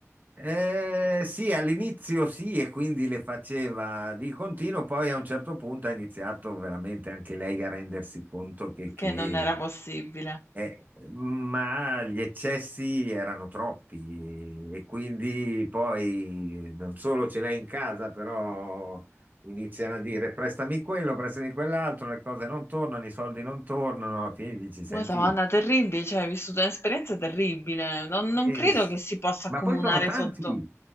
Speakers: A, on the right; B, on the left.
A: Eh, sì, all'inizio sì, e quindi le faceva di continuo, poi a un certo punto ha iniziato veramente anche lei a rendersi conto che,
B: Che
A: che
B: non era possibile.
A: eh, ma gli eccessi erano troppi e quindi poi non solo ce l'hai in casa, però iniziano a dire prestami quello, prestami quell'altro, le cose non tornano, i soldi non tornano, alla fine dici, senti.
B: Madonna, terribile, cioè hai vissuto un'esperienza terribile. Non,
A: Eh,
B: non credo
A: s-
B: che si possa
A: ma
B: accomunare
A: poi sono tanti,
B: sotto.